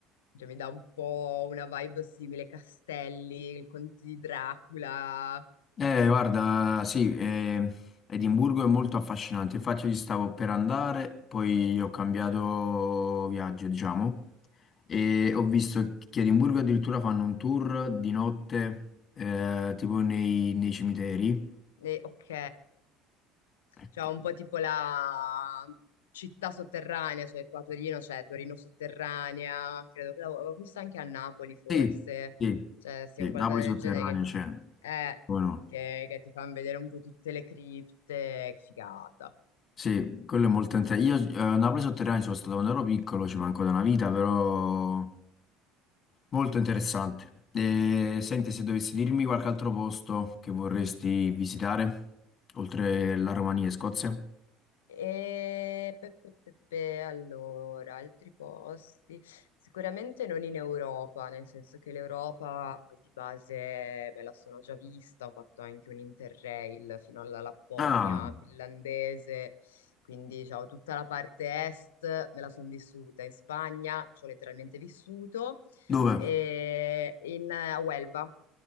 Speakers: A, on the left; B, on the left.
A: Cioè, mi dà un po' una vibe simile, castelli, il conte di Dracula.
B: Eh, guarda, sì, eh, Edimburgo è molto affascinante, infatti io ci stavo per andare, poi ho cambiato viaggio, diciamo, e ho visto che a Edimburgo addirittura fanno un tour di notte, eh, tipo nei, nei cimiteri.
A: E, ok.
B: Ecco.
A: cioè un po' tipo la città sotterranea, cioè qua a Torino c'è Torino sotterranea, credo che l'avevo l'avevo vista anche a Napoli forse,
B: Sì, sì,
A: cioè sia
B: sì,
A: un qualcosa
B: Napoli
A: del
B: sotterranea
A: genere che ti,
B: c'è,
A: eh,
B: come no?
A: che, che ti fanno vedere un po' tutte le cripte, che figata.
B: Sì, quello è molto interessante. Io eh, a Napoli sotterranea ci sono stato quando ero piccolo, ci manco da una vita, però molto interessante. E, senti, se dovessi dirmi qualche altro posto che vorresti visitare, oltre la Romania e Scozia?
A: E pe, pe, pe, pe, allora, altri posti, sicuramente non in Europa, nel senso che l'Europa poi di base me la sono già vista, ho fatto anche un Interrail fino alla Lapponia
B: Ah,
A: finlandese, quindi diciamo tutta la parte est me la sono vissuta, in Spagna ci ho letteralmente vissuto,
B: dove?
A: e in eh, a Huelva.